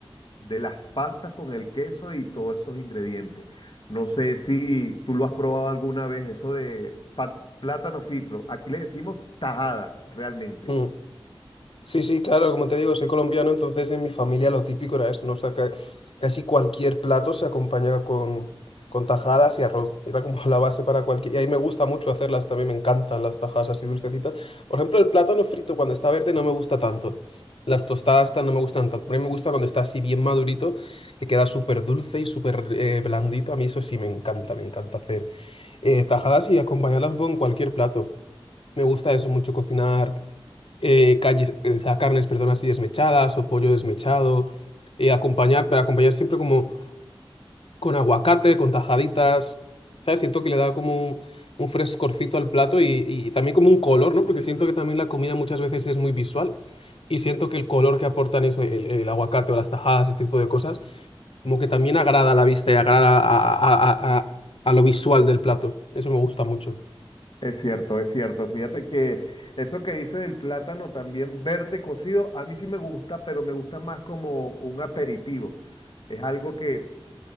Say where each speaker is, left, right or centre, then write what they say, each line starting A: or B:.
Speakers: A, on the left; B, on the left.
A: de las pastas con el queso y todos esos ingredientes. No sé si tú lo has probado alguna vez, eso de pa- plátano frito. Aquí le decimos tajada, realmente.
B: Mm. Sí, sí, claro, como te digo, soy colombiano, entonces en mi familia lo típico era eso, ¿no? O sea, ca- casi cualquier plato se acompañaba con, con tajadas y arroz. Era como <laughs> la base para cualquier... Y ahí me gusta mucho hacerlas también, me encantan las tajadas así dulcecitas. Por ejemplo, el plátano frito cuando está verde no me gusta tanto. Las tostadas estas no me gustan tanto. A mí me gusta cuando está así bien madurito, que queda súper dulce y súper eh, blandito. A mí eso sí me encanta, me encanta hacer eh, tajadas y acompañarlas con cualquier plato. Me gusta eso mucho, cocinar eh, calles- o sea, carnes, perdón, así desmechadas o pollo desmechado, eh, acompañar, para acompañar siempre como con aguacate, con tajaditas, ¿sabes? Siento que le da como un, un frescorcito al plato y, y también como un color, ¿no? Porque siento que también la comida muchas veces es muy visual y siento que el color que aportan eso, el, el aguacate o las tajadas, ese tipo de cosas, como que también agrada a la vista y agrada a, a, a, a, a lo visual del plato. Eso me gusta mucho.
A: Es cierto, es cierto. Fíjate que eso que dice del plátano también verde cocido, a mí sí me gusta, pero me gusta más como un aperitivo. Es algo que